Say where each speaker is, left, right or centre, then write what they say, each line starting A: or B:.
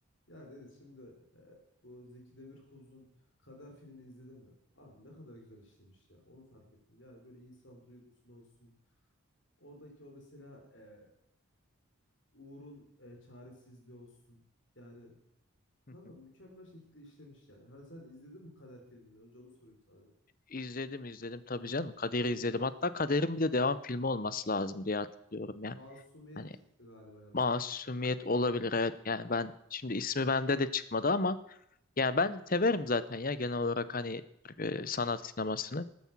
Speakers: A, on the left; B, on the left.
A: Ya Deniz şimdi e, bu Zeki Demirkubuz'un Kader filmini izledim de abi ne kadar güzel işlemiş ya onu fark ettim. Yani böyle insan duygusunu olsun oradaki o mesela e, Uğur'un e, çaresizliği olsun yani
B: Hı
A: kanka
B: hı.
A: mükemmel şekilde işlemiş yani. Hani sen izledin mi Kader filmini önce onu sorayım sana bir.
B: İzledim izledim tabii canım. Kader'i izledim. Hatta Kader'in bir de devam filmi olması lazım diye hatırlıyorum ya.
A: Masumiyet'ti
B: Hani
A: galiba yanlış
B: Masumiyet
A: hatırlamıyorum.
B: olabilir evet. Yani ben şimdi ismi bende de çıkmadı ama Yani ben severim zaten ya genel olarak hani e, sanat sinemasını.